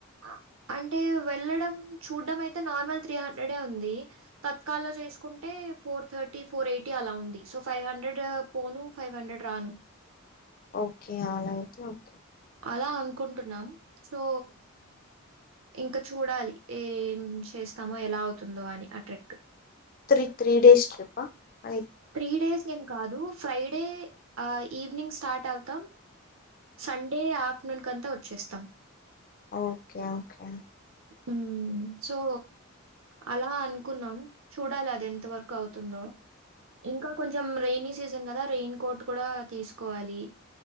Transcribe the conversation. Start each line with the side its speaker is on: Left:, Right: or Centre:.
Right: అ అంటే వెళ్ళడం చూడ్డం అయితే నార్మల్ త్రీ హండ్రెడ్ డే ఉంది తత్క లో చేసుకుంటే ఫోర్ థర్టీ ఫోర్ ఎయిటీ అలా ఉంది సో ఫైవ్ హండ్రెడ్ పోను ఫైవ్ హండ్రెడ్ రాను
Left: ఓకే అలా అయితే ఓకే
Right: అలా అనుకుంటున్నాం సో ఇంకా చూడాలి ఏం చేస్తామో ఎలా అవుతుందో అని ఆ trick
Left: three three days trip ఆ
Right: త్రీ డేస్ ఏం కాదు ఫ్రైడే ఆ ఈవినింగ్ స్టార్ట్ అవుతాం సండే అఫ్టర్నూన్ కంతా వచ్చేస్తాం
Left: ఓకే ఓకే
Right: ఉమ్ సో అలా అనుకున్నాం చూడాలి అది ఎంత వరకు అవుతుందో ఇంకా కొంచెం రెైనీ సీజన్ కదా రెయిన్ కోట్ కూడా తీసుకోవాలి